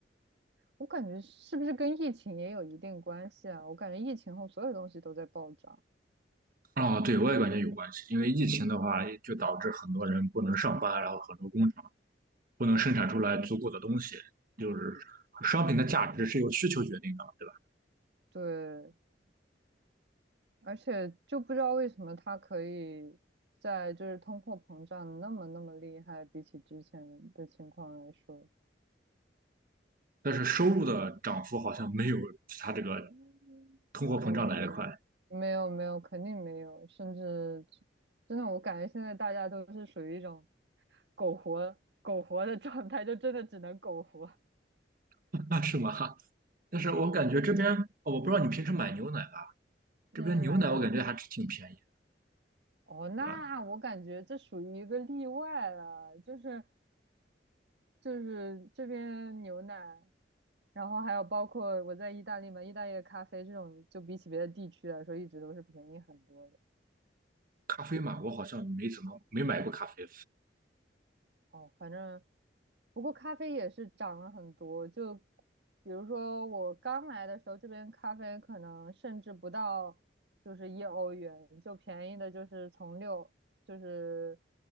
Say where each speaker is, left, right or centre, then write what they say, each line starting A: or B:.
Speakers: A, on the right (about 70°); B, on the right (about 50°).
A: 我感觉是不是跟疫情也有一定关系啊？我感觉疫情后所有东西都在暴涨，
B: 哦，对，我也感觉有关系，因为疫情的话，就导致很多人不能上班，然后很多工厂不能生产出来足够的东西，就是商品的价值是由需求决定的。对吧？
A: 对，而且就不知道为什么它可以在就是通货膨胀那么那么厉害，比起之前的情况来说，
B: 但是收入的涨幅好像没有它这个
A: 嗯，
B: 通货膨胀来得快，
A: 肯定没有，没有没有，肯定没有，甚至真的我感觉现在大家都是属于一种苟活苟活的状态，就真的只能苟活。
B: <laughs> 是吗？但是我感觉这边，
A: 对对
B: 哦我不知道你平时买牛奶吧，
A: 嗯，
B: 这边牛奶我感觉还是挺便宜的，
A: 买的。哦，那我感觉这属于一个例外了，
B: 对吧？
A: 就是就是这边牛奶，然后还有包括我在意大利嘛，意大利的咖啡这种，就比起别的地区来说，一直都是便宜很多的。
B: 咖啡嘛，我好像没怎么没买过咖啡。
A: 哦，反正不过咖啡也是涨了很多，就比如说我刚来的时候，这边咖啡可能甚至不到就是一欧元，就便宜的就是从六就是